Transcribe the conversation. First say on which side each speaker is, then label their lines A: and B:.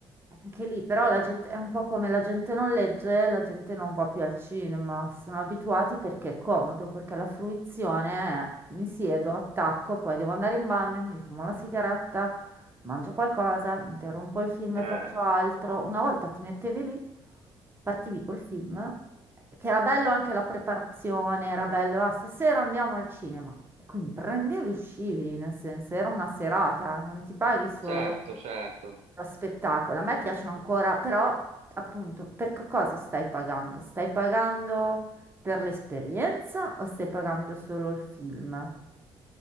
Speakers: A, on the right; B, on the right.
A: anche lì, però
B: Mm?
A: la gente è un po' come la gente non legge, la gente non va più al cinema, sono abituati perché è comodo, perché la fruizione è mi siedo, attacco, poi devo andare in bagno, mi fumo la sigaretta, mangio qualcosa, interrompo il film
B: Eh,
A: e faccio altro. Una volta ti mettevi lì, partivi col film, che era bello anche la preparazione, era bello, ah, stasera andiamo al cinema. E quindi prendevi e uscivi, nel senso, era una serata, non ti paghi solo
B: certo, certo.
A: lo spettacolo.
B: Eh,
A: A me piace ancora, però appunto, per co- cosa stai pagando? Stai pagando per l'esperienza o stai pagando solo il film?